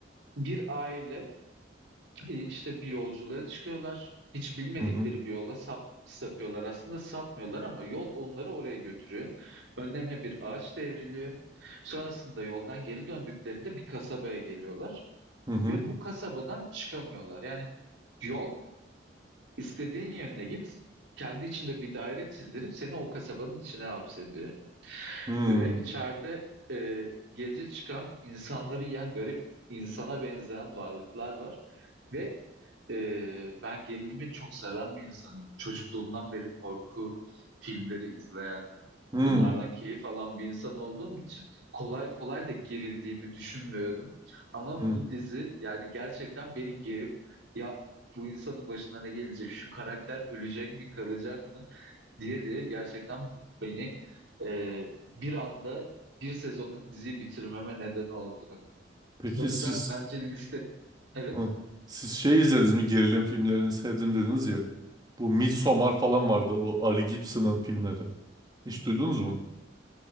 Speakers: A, on the right; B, on the right.
A: bir aile E, işte bir yolculuğa çıkıyorlar. Hiç bilmedikleri
B: Hı hı.
A: bir yola sap, sapıyorlar. Aslında sapmıyorlar ama yol onları oraya götürüyor. Önlerine bir ağaç devriliyor. Sonrasında yoldan geri döndüklerinde bir kasabaya geliyorlar
B: Hı hı.
A: ve bu kasabadan çıkamıyorlar. Yani yol istediğin yöne git, kendi içinde bir daire çizdirip seni o kasabanın içine hapsediyor.
B: Hı
A: Ve içeride e, gece çıkan insanları yiyen garip insana benzeyen varlıklar var. Ve e, ben gerilimi çok seven bir insanım. Çocukluğumdan beri korku filmleri izleyen,
B: hı.
A: bunlardan keyif alan bir insan olduğum için kolay kolay da gerildiğimi düşünmüyorum. Ama
B: Hı.
A: bu dizi yani gerçekten beni gerip ya bu insanın başına ne gelecek, şu karakter ölecek mi, kalacak mı? diye diye gerçekten beni e, bir anda bir sezonluk diziyi bitirmeme neden oldu.
B: Peki
A: O yüzden
B: siz
A: bence liste... Evet,
B: hı. Siz şey izlediniz mi? Gerilim filmlerini sevdim dediniz ya. Bu Midsommar falan vardı. Bu Ari Gibson'ın filmleri. Hiç duydunuz mu?